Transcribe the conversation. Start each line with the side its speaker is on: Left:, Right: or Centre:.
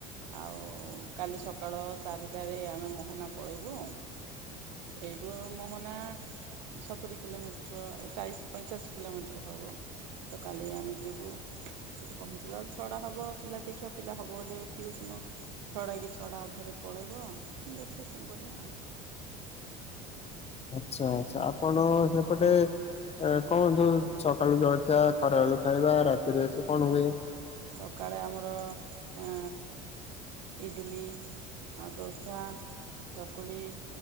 Right: ଆଉ କାଲି ସକାଳ ଚାରିଟାରେ ଆମେ ମୋହନା ପଳେଇବୁ। ଏଇଠୁ ମୋହନା ସତୁରି କିଲୋମିଟର ଚାଳିଶ ପଇଁଚାଳିଶ କିଲୋମିଟର ହବ ତ କାଲି ଆମେ ଯିବୁ। ସେଠୁ ପହଞ୍ଚିଲା ବେଳକୁ ଛଟା ହବ ପିଲା ଦେଖିବା ପିଲା ହବ ବଲେ ଟିଉସନ ଛଟା କି ଛଟା ଅଧରେ ପଳେଇବ ଦେଖିବା କଣ କରିବା ଆଉ
Left: ଆଚ୍ଛା ଆଛା ଆପଣ ସେପଟେ ଏ କଣ ସୁ ସକାଳୁ ଜଳଖିଆ ଖରା ବେଳୁ ଖାଇବା ରାତିରେ ଛୁ କଣ ହୁଏ?
Right: ସକାଳେ ଆମର ଅ ଇଡିଲି ଆଉ ଦୋସା ଚକୁଳି